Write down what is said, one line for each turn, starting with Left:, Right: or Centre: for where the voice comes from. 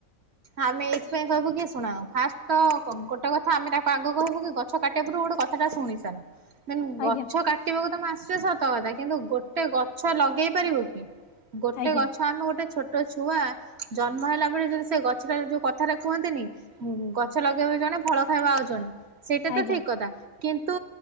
Right: ଆମେ ଏଇଥିପାଇଁ କହିବୁ କି ଶୁଣ ଫାଷ୍ଟ ତ ଗ ଗୋଟେ କଥା ଆମେ ତାକୁ ଆଗ କହୁ କି ଗଛ କାଟ ପୁରୁ ଗୋଟେ କଥାଟା ଶୁଣି ସାର। ଦେନ୍ ଗଛ
Left: ଆଜ୍ଞା
Right: କା କଟିବାକୁ ତମେ ଆସଛ ସତ କଥା। କିନ୍ତୁ ଗୋଟେ ଗଛ ଲଗେଇ ପାରିବ କି? ଗୋଟେ
Left: ଆଜ୍ଞା
Right: ଗଛ ଆମେ ଗୋଟେ ଛୋଟ ଛୁଆ ଜନ୍ମ ହେଲା ପରେ ଯଦି ସେ ଗ ଗଛଟା ଯୋଉ କଥାଟା କୁହନ୍ତିନି ଗଛ ଲଗେଇବ ଜଣେ ଫଳ ଖାଇବ ଆଉ ଜଣେ। ସେଇଟା
Left: ଆଜ୍ଞା
Right: ତ ଠିକ୍ କଥା। କିନ୍ତୁ